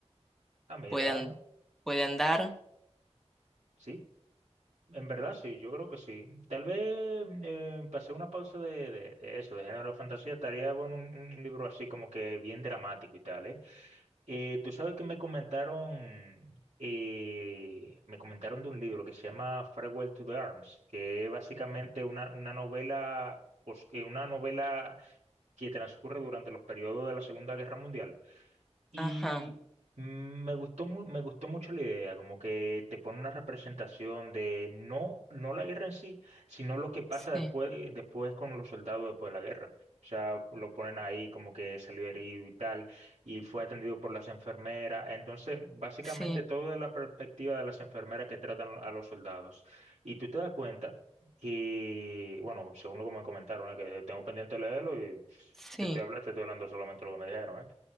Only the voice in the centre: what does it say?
Puede, an- puede andar.
Ajá,
sí,
sí,
sí.